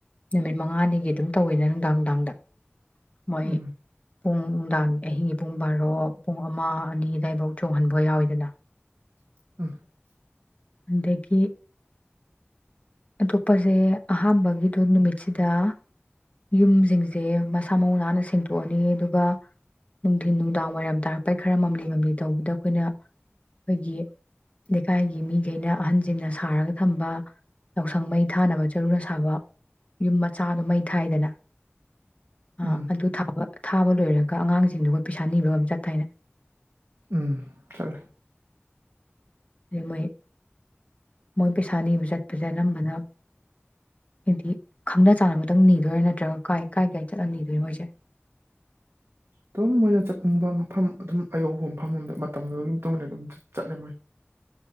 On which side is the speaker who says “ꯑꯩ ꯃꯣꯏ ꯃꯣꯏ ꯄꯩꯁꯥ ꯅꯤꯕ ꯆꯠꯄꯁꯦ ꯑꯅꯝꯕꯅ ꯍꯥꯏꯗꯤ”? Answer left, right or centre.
Left